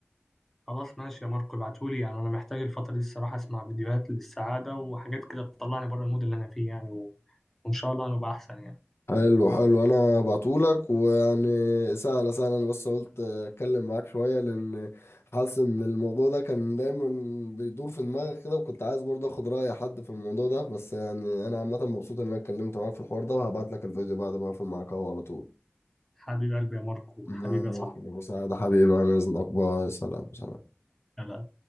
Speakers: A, in the centre; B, on the left.
A: خلاص ماشي يا ماركو ابعتولي يعني أنا محتاج الفترة دي الصراحة أسمع فيديوهات للسعادة وحاجات كده تطلعني بره المود اللي أنا فيه يعني و... وإن شاء الله هنبقى أحسن يعني
B: حلو حلو انا بعتهولك ويعني سهله سهله انا بس قلت اتكلم معاك شويه لان حاسس ان الموضوع ده كان دايما بيدور في دماغي كده وكنت عايز برضه اخد راي حد في الموضوع ده بس يعني انا عامه مبسوط ان انا اتكلمت معاك في الحوار ده وهبعت لك الفيديو بعد ما اقفل معاك اهو على طول
A: حبيب قلبي يا ماركو
B: ماشي،
A: حبيبي يا صاحبي
B: بس ده حبيبي انا اذنك باي سلام سلام
A: لا لا.